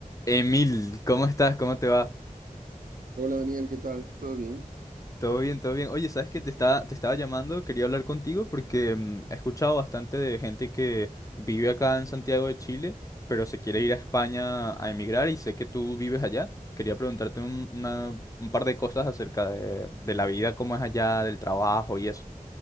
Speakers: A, on the left (about 25°); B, on the right (about 75°).
A: Emil, ¿cómo estás? ¿Cómo te va?
B: Hola Daniel, ¿qué tal? ¿Todo bien?
A: Todo bien, todo bien. Oye, ¿sabes qué? Te estaba, te estaba llamando, quería hablar contigo porque mm, he escuchado bastante de gente que vive acá en Santiago de Chile, pero se quiere
B: Ujú.
A: ir a España a emigrar y sé que tú vives allá. Quería preguntarte un, una- un par de cosas acerca de, de la vida, cómo es allá, del trabajo y eso.